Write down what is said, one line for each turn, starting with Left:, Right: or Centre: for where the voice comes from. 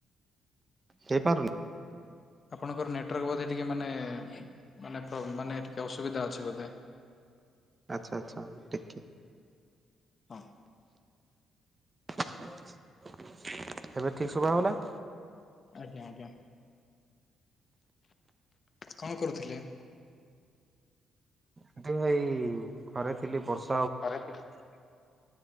Right: ହେଇପାରୁନି?
Left: ଆପଣଙ୍କର ନେଟୱାର୍କ ବୋଧେ ଟିକେ ମାନେ ମାନେ ମାନେ ଟିକେ ଅସୁବିଧା ଅଛି ବୋଧେ।
Right: ଆଛା ଆଛା ଟିକେ।
Left: ହଁ।
Right: ଏବେ ଠିକ ଠିକ ଶୁଭା ହେଲା?
Left: ଆଜ୍ଞା ଆଜ୍ଞା। କଣ କରୁଥିଲେ?
Right: କିନ୍ତୁ ଭାଇ ଘରେ ଥିଲି ବସ୍
Left: ଘରେ ଥିଲି।